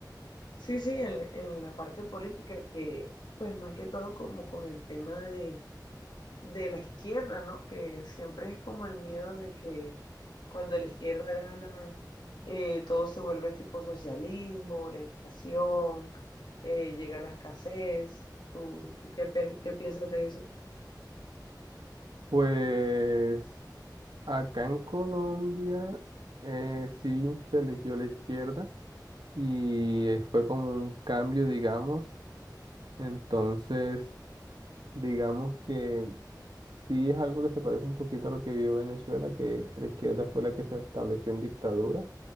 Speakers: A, on the left (about 80°); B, on the right (about 85°).
A: Sí, sí, en, en la parte política, que pues más que todo como con el tema de, de la izquierda, ¿no? Que siempre es como el miedo de que cuando la izquierda gana, eh, todo se vuelve tipo socialismo, la inflación, eh, llega la escasez. ¿Tú, tú qué, pe- qué piensas de eso?
B: Pues acá en Colombia eh, sí se eligió la izquierda y eh, fue como un cambio, digamos. Entonces, digamos que sí es algo que se parece un poquito a lo que vivió Venezuela, que la izquierda fue la que se estableció en dictadura